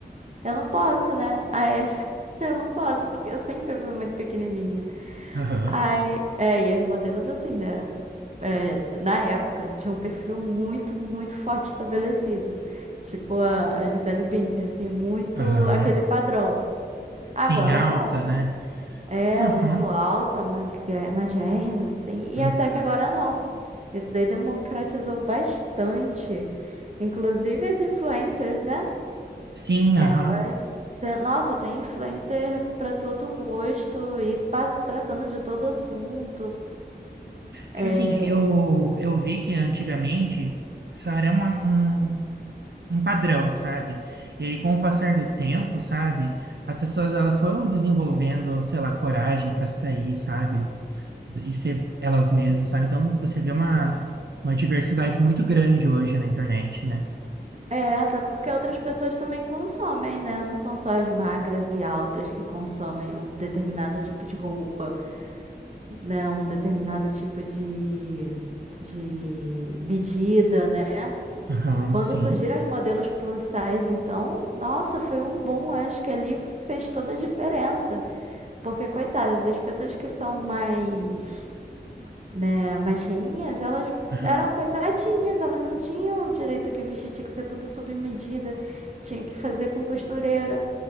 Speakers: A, on the right; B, on the right.
A: eu não posso, né? Aí as- <laughs> eu não posso, só que eu sempre fui muito pequenininha.
B: Aham,
A: Aí, é, e as modelos assim, né? é, na época, né, tinha um perfil muito, muito forte estabelecido. Tipo a Gisele Bündchen, assim, muito
B: aham.
A: aquele padrão. Agora
B: Sim, alta,
A: não.
B: né?
A: É,
B: Aham,
A: muito alta, magra- magérrima, assim. E
B: uhum.
A: até que agora não. Isso daí democratizou bastante. Inclusive as influencers, né?
B: Sim,
A: Ela
B: aham.
A: tem- nossa, tem influencer para todo gosto e pa- tratando de todo assunto.
B: Tipo
A: É,
B: assim, eu, eu vi que antigamente isso era uma, um, um padrão, sabe? E aí, com o passar do tempo, sabe? As pessoas elas foram desenvolvendo, sei lá, coragem para sair, sabe? E ser elas mesmas, sabe? Então, você vê uma, uma diversidade muito grande hoje na internet, né?
A: é, até porque outras pessoas também consomem, né? Não são só as magras e altas que consomem um determinado tipo de roupa, né? Um determinado tipo de de medida, né?
B: Aham,
A: Quando
B: sim.
A: surgiram as modelos plus size, então, nossa, foi um boom. Acho que ali fez toda a diferença. Porque, coitadas, as pessoas que são mais, né, mais cheinhas, elas
B: Aham,
A: eram coitadinhas, elas não tinham o direito que vestir, tinha que ser tudo sob medida, tinha que fazer com costureira.